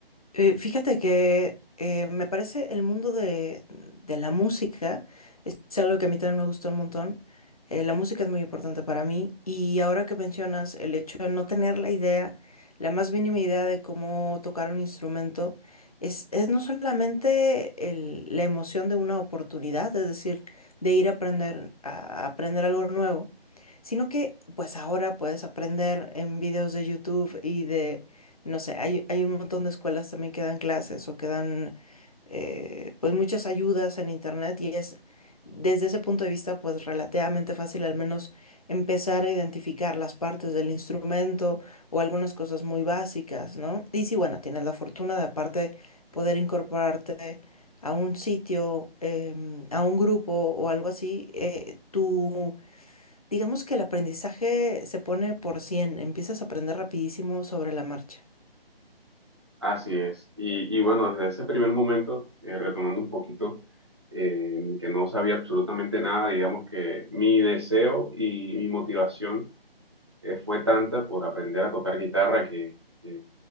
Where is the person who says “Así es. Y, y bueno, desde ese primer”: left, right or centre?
Right